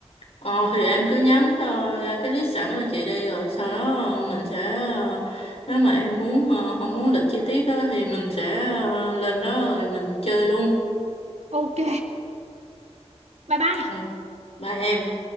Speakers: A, on the left; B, on the right.
A: ờ, thì em cứ nhắn ờ, ra cái list sẵn cho chị đi rồi sau đó ờ, mình sẽ ờ, nếu mà em muốn ờ, không muốn lịch chi tiết á, thì mình sẽ ờ, lên đó rồi mình chơi luôn.
B: ok bye bye
A: Ừ, Bye em.